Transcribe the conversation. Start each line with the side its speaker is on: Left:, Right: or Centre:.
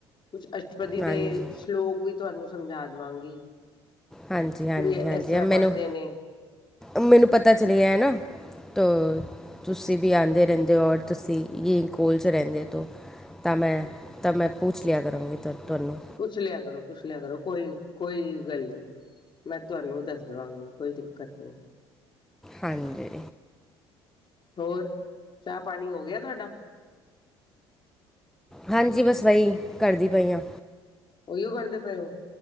Left: ਕੁਛ ਅੱਛ ਪਦੀ
Centre: ਹਾਂਜੀ
Left: ਦੇ, ਸਲੋਕ ਵੀ ਤੁਹਾਨੂੰ ਸਮਝਾ ਦਵਾਂਗੀ।
Centre: ਹਾਂਜੀ ਹਾਂਜੀ
Left: ਵੀ ਇਸ
Centre: ਹਾਂਜੀ
Left: ਤਰ੍ਹਾਂ
Centre: ਆਹ
Left: ਪੜ੍ਹਦੇ
Centre: ਮੈਨੂੰ
Left: ਨੇ
Centre: ਮੈਨੂੰ ਪਤਾ ਚੱਲਿਆ ਐ ਨਾ ਤ, ਤੁਸੀ ਵੀ ਆਂਦੇ ਰਹਿੰਦੇ ਓ ਔਰ ਤੁਸੀ, ਇਹੀ ਕੋਲ 'ਚ ਰਹਿੰਦੇ ਤੋਂ ਤਾਂ ਮੈਂ, ਤਾਂ ਮੈਂ ਪੁੂਛ ਲਿਆ ਕਰੂੰਗੀ ਤੁ ਤੁਹਾਨੂੰ।
Left: ਪੁੱਛ ਲਿਆ ਕਰੋ, ਪੁੱਛ ਲਿਆ ਕਰੋ, ਕੋਈ ਕੋਈ ਗੱਲ ਨੀ। ਮੈਂ ਤੁਹਾਨੂੰ ਦੱਸ ਦੇਵਾਂਗੀ, ਕੋਈ ਦਿੱਕਤ ਨਹੀਂ।
Centre: ਹਾਂਜੀ।
Left: ਹੋਰ, ਚਾਹ ਪਾਨੀ ਹੋ ਗਿਆ ਤੁਹਾਡਾ?
Centre: ਹਾਂਜੀ ਬਸ ਵਈ, ਕਰਦੀ ਪਈ ਆਂ।
Left: ਉਓਹੀਓ ਕਰਦੇ ਪਏ ਓ?